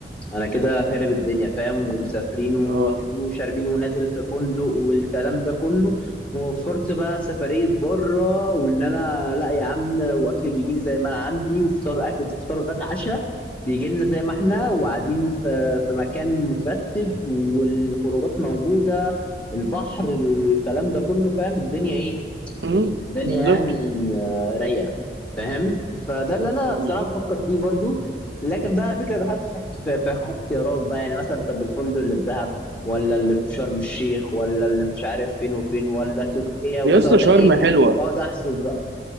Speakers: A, on the left; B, on the right.
A: انا كده خارب الدنيا فاهم ومسافرين
B: اه
A: واكلين وشاربين ونازل في فندق والكلام ده كله ووفرت بقى سفرية بره وان انا لا يا عم واكل بيجي لي زي ما انا عندي وفطار اكل فطار غدا عشاء بيجي لنا زي ما احنا وقاعدين في في مكان مترتب والخروجات موجودة البحر الكلام ده كله فاهم الدنيا ايه
B: أمم،
A: الدنيا
B: بالظبط
A: يعني آه، رايقه فاهم فده اللي انا
B: بالظبط
A: صراحه بفكر فيه برضو لكن بقى فكره دخلت في احت- في في اختيارات بقى يعني مثلا طب الفندق اللي في دهب ولا اللي في شرم الشيخ ولا اللي مش عارف فين وفين ولا تركيا ومثلا
B: يا اسطى
A: ولا
B: شرم
A: ايه
B: حلوة
A: واقعد احسب بقى